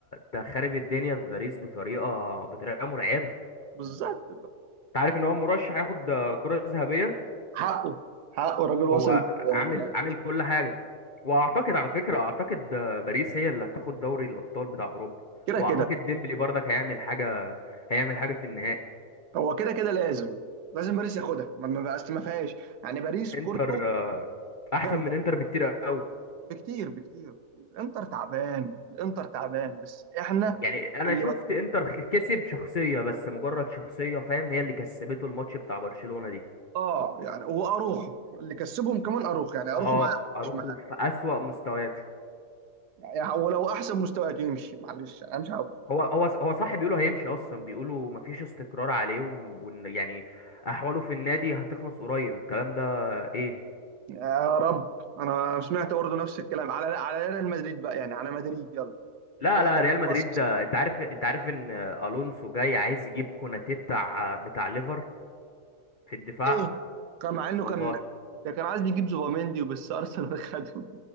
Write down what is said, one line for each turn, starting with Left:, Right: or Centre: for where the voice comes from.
Left: ده خارب الدنيا في باريس بطريقة بطريقة مرعبة
Right: بالظبط
Left: انت عارف ان هو مرشح ياخد آه، كرة ذهبية
Right: حقه حقه الراجل وصل
Left: هو عامل
Right: نهائي
Left: عامل كل حاجة واعتقد على فكرة اعتقد آه، باريس هي اللي هتاخد دوري الابطال بتاع اوروبا
Right: كده
Left: واعتقد
Right: كده
Left: ديمبلي برضك هيعمل حاجة هيعمل حاجة في النهائي
Right: هو كده كده لازم لازم باريس ياخدها ما ما بقاش ما فيهاش يعني باريس كورته
Left: انتر آه، احسن
Right: جامده
Left: من انتر بكتير قوي
Right: بكتير بكتير بكتير انتر تعبان الانتر تعبان بس احنا
Left: يعني انا
Right: اللي
Left: شفت
Right: ود-
Left: انتر خ- كسب شخصية بس مجرد شخصية فاهم هي اللي كسبته الماتش بتاع برشلونة دي
Right: اه يعني هو اروخو اللي كسبهم كمان اروخو يعني اروخو
Left: اه
Right: معاه
Left: اروخو
Right: مش معاه
Left: في اسوأ مستوياته
Right: يعني ولو احسن مستويات يمشي معلش انا مش عاوز
Left: هو هو هو صح بيقولوا هيمشي اصلا بيقولوا مفيش استقرار عليه وم- وان يعني احواله في النادي هتخلص قريب الكلام ده ايه
Right: يا رب انا سمعت برضه نفس الكلام على على ريال مدريد بقى يعني على مدريد يلا
Left: لا
Right: يروح
Left: لا ريال
Right: جنب
Left: مدريد
Right: قصص
Left: ده انت عارف انت عارف ان الونسو جاي عايز يجيب كوناتي بتاع بتاع ليفر في الدفاع
Right: ايه كان مع انه
Left: والله
Right: كان ده كان عايز يجيب زوباميندي وبس ارسنال <laughs> خده